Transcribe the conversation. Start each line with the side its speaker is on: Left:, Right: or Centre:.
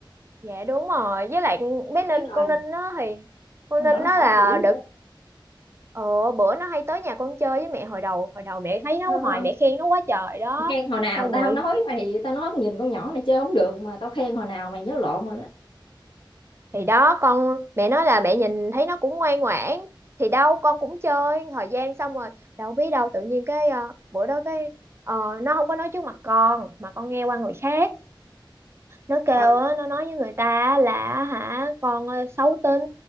Right: dạ đúng rồi với lại con- bé
Left: Rồi
Right: Ninh
Left: biết rồi
Right: con Ninh nó thì con
Left: con
Right: Ninh
Left: nhỏ nó
Right: nó
Left: khổ
Right: là
Left: dữ
Right: đợt
Left: vậy
Right: ờ, bữa nó hay tới nhà con chơi với mẹ hồi đầu hồi đầu mẹ thấy nó
Left: Ờ,
Right: hoài mẹ khen nó quá trời đó
Left: khen hồi nào
Right: xong
Left: tao
Right: rồi
Left: nói mày tao nói nhìn con nhỏ này chơi không được mà tao khen hồi nào mày nhớ lộn rồi đó
Right: thì đó con mẹ nói là mẹ nhìn thấy nó cũng ngoan ngoãn thì đâu con cũng chơi thời gian xong rồi đâu biết đâu tự nhiên cái ờ, bữa đó cái ờ, nó không có nói trước mặt con mà con nghe qua người khác nó kêu
Left: Trời ơi,
Right: á, nó nói với người ta á là á hả con ờ, xấu tính